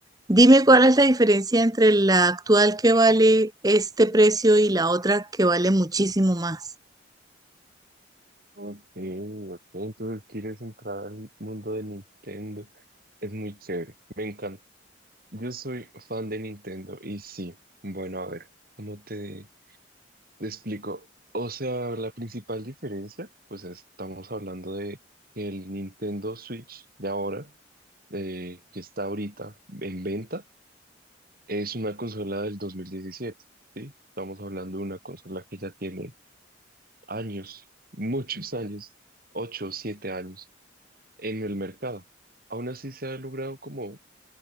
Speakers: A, on the right; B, on the right.
A: dime cuál es la diferencia entre la actual que vale este precio y la otra que vale muchísimo más.
B: Ok, ok, entonces quieres entrar al mundo de Nintendo. Es muy chévere, me encanta. Yo soy fan de Nintendo y sí, bueno, a ver, ¿cómo te, te explico? O sea, la principal diferencia, pues estamos hablando de que el Nintendo Switch de ahora, eh, que está ahorita en venta, es una consola del 2017, ¿sí? Estamos hablando de una consola que ya tiene años, muchos años, ocho o siete años en el mercado. Aún así se ha logrado como